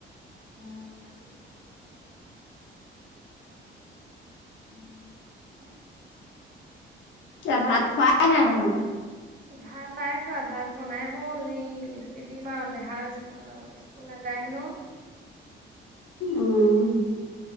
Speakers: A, on the right; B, on the left.
A: উম ইয়াটো দিছিল। উম
B: এ ভাত খুৱাই নাই আৰু <unintelligible>
A: ভাত নাই খোৱা ভাত বনাই হ'ল সেই এটুকে দিম আৰু দেহা স্কুল নাযায় হেনো তাপা
B: উম,